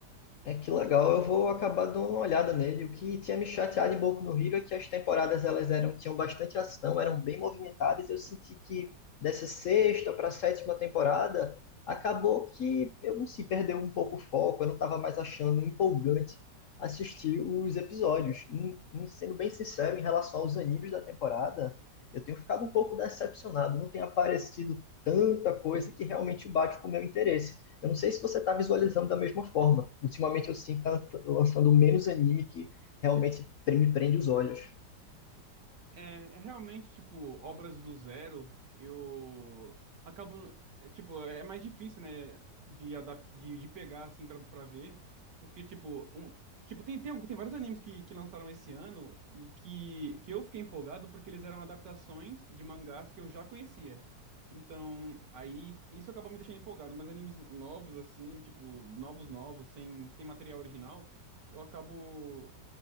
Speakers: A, on the left (about 65°); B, on the right (about 80°).
A: É que legal, eu vou acabar dando uma olhada nele. O que tinha me chateado um pouco no Hero é que as temporadas elas eram, tinham bastante ação, eram bem movimentadas. Eu senti que dessa sexta para a sétima temporada acabou que eu não sei, perdeu um pouco o foco. Eu não estava mais achando empolgante assistir os episódios. E, e sendo bem sincero, em relação aos animes da temporada, eu tenho ficado um pouco decepcionado. Não tem aparecido tanta coisa que realmente bate com o meu interesse. Eu não sei se você está visualizando da mesma forma. Ultimamente eu sinto que tá lançando menos anime que realmente me prende os olhos.
B: É, é realmente, tipo, obras do zero, eu acabo, é, tipo, é mais difícil, né, de, adap de, de pegar, assim, pra, pra ver, porque, tipo, um, tipo tem, tem, algum- tem vários animes que, que lançaram esse ano e que, que eu fiquei empolgado porque eles eram adaptações de mangás que eu já conhecia. Então, aí, isso acabou me deixando empolgado, mas animes novos, assim, tipo, novos, novos, sem, sem material original, eu acabo.